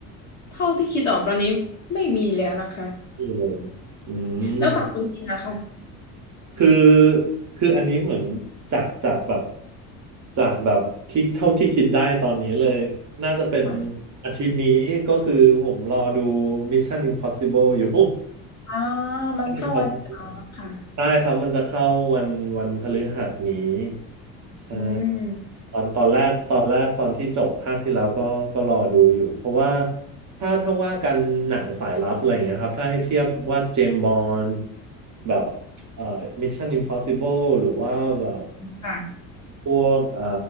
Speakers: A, on the left; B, on the right.
A: เท่าที่คิดออกตอนนี้ไม่มีแล้วนะคะ
B: ที่เลยอื
A: แล้วฝั่งคุณกินนะคะ
B: ม คือคืออันนี้เหมือนจากจากแบบจากแบบที่เท่าที่คิดได้ตอนนี้เลยน่าจะเป็น
A: อ่ะ
B: อาทิตย์นี้ก็คือผมรอดู Mission Impossible อยู่
A: อ่า
B: <laughs>
A: มันเข้าวันอ๋อค่ะ
B: Mission Impossible ได้ครับมันจะเข้าวันวันพฤหัสนี้ใช่
A: อืม
B: ตอนตอนแรกตอนแรกตอนที่จบภาคที่แล้วก็ก็รอดูอยู่เพราะว่าถ้าถ้าว่ากันหนังสายลับอะไรอย่างเงี้ยครับถ้าให้เทียบว่าเจมส์บอนด์แบบเอ่อ Mission Impossible หรือว่าแบบ
A: ค่ะ
B: พวกเอ่อ